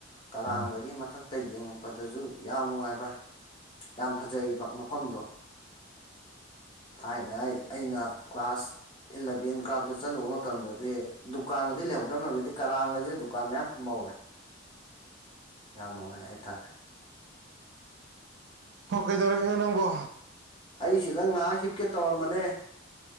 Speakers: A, on the left; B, on the right.
A: ꯀꯔꯥꯡꯗꯒꯤ
B: ꯎꯝ
A: ꯃꯊꯛꯇ ꯌꯦꯡꯉꯛꯄꯗꯖꯨ ꯌꯥꯝ ꯅꯨꯡꯉꯥꯏꯕ ꯌꯥꯝ ꯐꯖꯩꯕ ꯃꯐꯝꯗꯣ
B: <inaudible>
A: ꯊꯥꯏꯉꯩ ꯑꯩꯅ ꯀ꯭ꯂꯥꯁ ꯑꯦꯂꯚꯦꯟ ꯀꯥꯔꯛꯄꯗ ꯆꯠꯂꯨꯕ ꯃꯇꯝꯗꯗꯤ ꯗꯨꯀꯥꯟꯒꯖꯦ ꯂꯩꯍꯧꯗꯝꯅꯤ ꯍꯧꯖꯤꯛꯇꯤ ꯀꯔꯥꯡꯒꯖꯦ ꯗꯨꯀꯥꯟ ꯃꯌꯥꯝ ꯐꯝꯃꯧ ꯔꯦ ꯌꯥꯝ ꯅꯨꯡꯉꯥꯏ ꯍꯥꯏꯇꯥꯔꯦ
B: ꯍꯣ ꯀꯩꯗꯧꯔꯝꯃꯤꯅꯣ ꯅꯪꯕꯣ
A: ꯑꯩꯁꯤꯗ ꯉꯥꯏꯍꯥꯛ ꯍꯤꯞꯀꯦ ꯇꯧꯔꯝꯕꯅꯦ